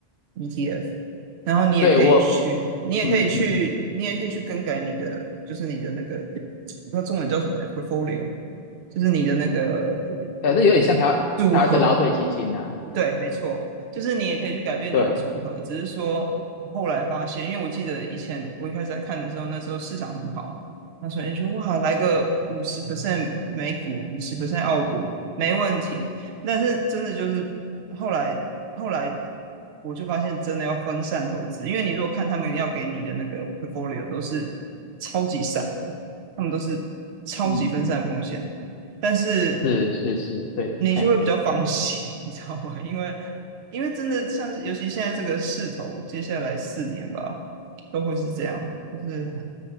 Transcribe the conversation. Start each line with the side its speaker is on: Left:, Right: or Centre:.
Right: ETF，然后你也可以去，
Left: 对我，
Right: 你也可以去，
Left: 嗯嗯嗯，
Right: 你也可以去更改你的，就是你的那个，我不知道中文叫什么欸，portfolio，就是你的那个
Left: 呃，这有点像台湾台湾的劳退基金啊，
Right: 组合，对，没错，就是你也可以去改变你的组合。
Left: 对，
Right: 只是说，我后来发现，因为我记得以前我一开始在看的时候，那时候市场很好，那时候你说哇，来个五十 percent 美股，五十 percent 澳股，没问题。但是真的就是后来后来我就发现，真的要分散投资，因为你如果看他们要给你的那个 portfolio 都是超级散的，他们都是超级分散风险。
Left: 嗯，
Right: 但是
Left: 是是是，对，
Right: 你就会比较放心，
Left: 哎，
Right: <laughs> 你知道吗？因为因为真的像是，尤其现在这个势头，接下来四年吧，都会是这样，就是